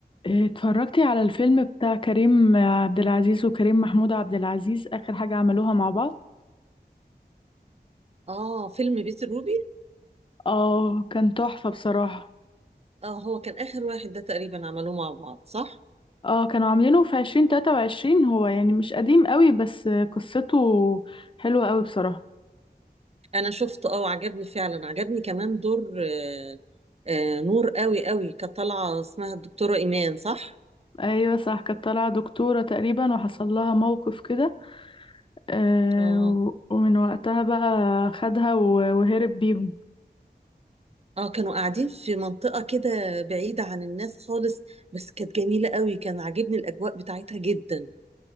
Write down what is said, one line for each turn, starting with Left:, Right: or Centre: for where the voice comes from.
Left: اتفرجتي على الفيلم بتاع كريم عبد العزيز وكريم محمود عبد العزيز آخر حاجة عملوها مع بعض
Right: اه فيلم بيت الروبي
Left: اه كان تحفة بصراحة
Right: اه هو كان آخر واحد ده تقريبا عملوه مع بعض صح؟
Left: اه كانوا عاملينه في عشرين تلاتة وعشرين هو يعني مش قديم قوي بس قصته حلوة قوي بصراحة
Right: أنا شفته اه وعجبني فعلا عجبني كمان دور آه آه نور قوي قوي كانت طالعة اسمها الدكتورة إيمان صح؟
Left: ايوه صح كانت طالعة دكتورة تقريبا وحصل لها موقف كده آه
Right: اه
Left: ومن وقتها بقى خدها و- وهرب بيهم
Right: اه كانوا قاعدين في منطقة كده بعيدة عن الناس خالص بس كانت جميلة قوي كان عاجبني الأجواء بتاعتها جدا